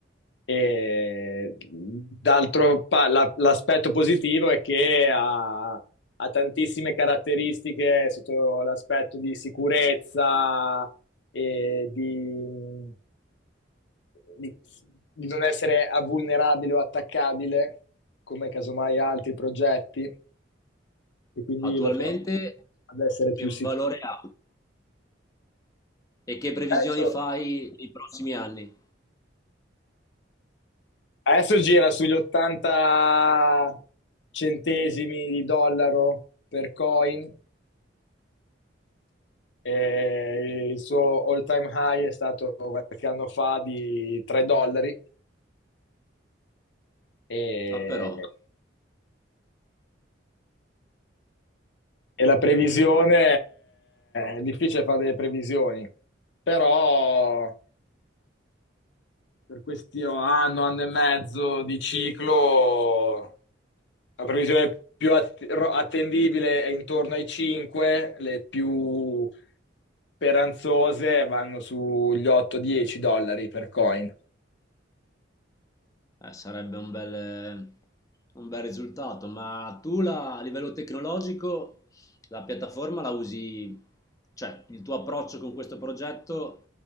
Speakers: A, on the left; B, on the left.
A: eh, d'altro pa- la- l'aspetto positivo è che ha, ha tantissime caratteristiche sotto l'aspetto di sicurezza e di di, di non essere a- vulnerabile o attaccabile, come casomai altri progetti, e quindi
B: Attualmente
A: lo porta ad essere
B: che
A: più sicuro.
B: valore ha e che previsioni
A: Adesso,
B: fai nei prossimi anni?
A: adesso gira sugli 80 centesimi di dollaro per coin. e il suo all-time high è stato qualche anno fa di 3 dollari. E,
B: Ah, però.
A: e la previsione è, è difficile fare delle previsioni, però per questo anno, anno e mezzo di ciclo, la previsione più att- ro- attendibile è intorno ai 5, le più speranzose vanno sugli 8-10 dollari per coin.
B: Eh, sarebbe un bel, un bel risultato, ma tu la- a livello tecnologico la piattaforma la usi, cioè il tuo approccio con questo progetto